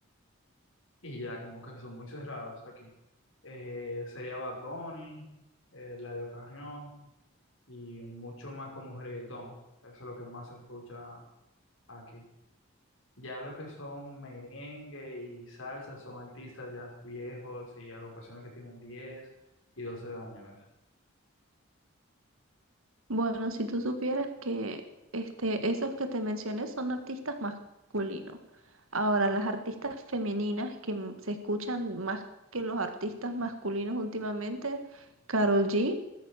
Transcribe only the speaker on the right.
Bueno, si tú supieras que este, esos que te mencioné son artistas masculinos. Ahora, las artistas femeninas que m- se escuchan más que los artistas masculinos últimamente, Karol G